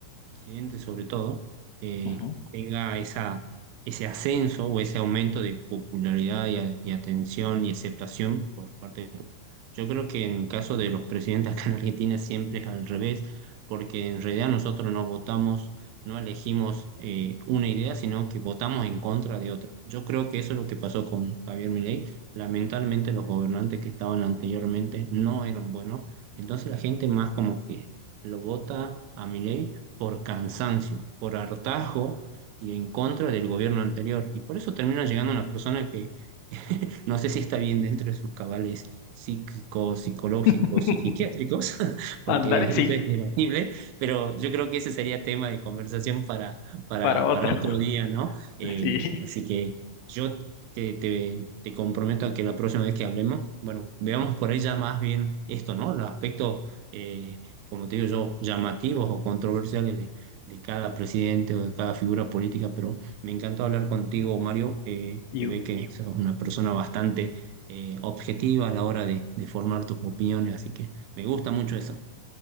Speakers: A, on the right; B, on the left.
A: presidente sobre todo, eh,
B: Ujú.
A: tenga esa, ese ascenso o ese aumento de popularidad y, a- y atención y aceptación por parte del público. Yo creo que en el caso de los presidentes acá en Argentina siempre es al revés, porque en realidad nosotros no votamos, no elegimos eh, una idea, sino que votamos en contra de otra. Yo creo que eso es lo que pasó con Javier Milei. Lamentablemente los gobernantes que estaban anteriormente no eran buenos, entonces la gente más como que lo vota a Milei por cansancio, por hartazgo y en contra del gobierno anterior. Y por eso termina llegando una persona que <laughs> no sé si está bien dentro de sus cabales psíquicos, psicológicos
B: <laughs>
A: y psiquiátricos, <laughs> porque
B: Andar, sí,
A: eso es debatible, pero yo creo que ese sería tema de conversación para, para,
B: para otra,
A: para otro día, ¿no? Eh,
B: <laughs> sí.
A: así que yo te, te, te comprometo a que la próxima vez que hablemos, bueno, veamos por ella más bien esto, ¿no? Los aspectos... eh, como te digo yo, llamativos o controversiales de, de cada presidente o de cada figura política, pero me encantó hablar contigo,
B: Ya.
A: Mario. Eh,
B: Y
A: te ve que sos una persona bastante eh, objetiva a la hora de, de formar tus opiniones, así que me gusta mucho eso.